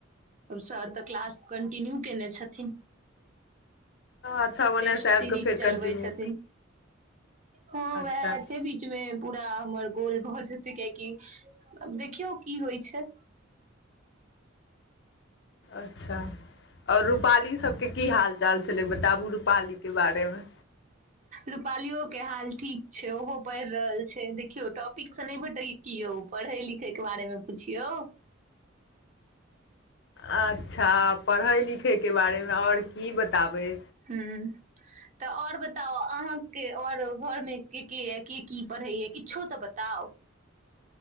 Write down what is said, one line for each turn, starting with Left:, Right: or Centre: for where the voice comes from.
Right: सर तऽ क्लास इनू केने छथिन।
Left: अच्छा ओन्नेसँ
Right: टेस्ट
Left: आबि
Right: सीरीज
Left: कऽ फेर
Right: चलबै
Left: कन्टिन्यू
Right: छथिन हँ उएह
Left: अच्छा
Right: छै बीचमे पूरा हमर गोल भऽ जेतै कियकि देखियौ की होइ छै।
Left: अच्छा आओर रुपाली सबके की हाल चाल छलै बताबु रुपाली के बारेमे
Right: रूपालियो के हाल ठीक छै ओहो पढ़ि रहल छै देखियौ टॉपिक से नहि भेटल क यौ पढ़ै लिखै के बारेमे पुछिियौ।
Left: आ। अच्छा पढ़ै लिखैके बारेमे आओर की बताबै।
Right: ह तऽ आओर बताउ अहाँके आओर घरमे के के यऽ के की पढ़ैए किछो तऽ बताउ।